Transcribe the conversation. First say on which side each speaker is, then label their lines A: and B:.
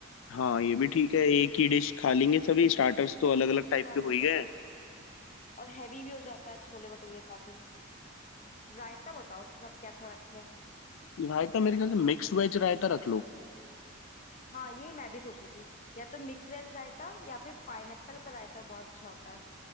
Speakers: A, on the left; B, on the left.
A: हाँ ये भी ठीक है एक ही डिश खा लेंगे सभी स्टार्टर्स तो अलग अलग टाइप
B: सब
A: के हो
B: हो
A: ही
B: जाएगा
A: गए हैं।
B: और हैवी भी हो जाता है छोले भटूरे काफी रायता बताओ उसके साथ कैसा रखे
A: रायता मेरे ख्याल से मिक्स वेज रायता रख लो
B: हाँ यही मैं भी सोच रही थी या तो मिक्स वेज रायता या फिर पाइनएप्पल का रायता बहुत अच्छा होता है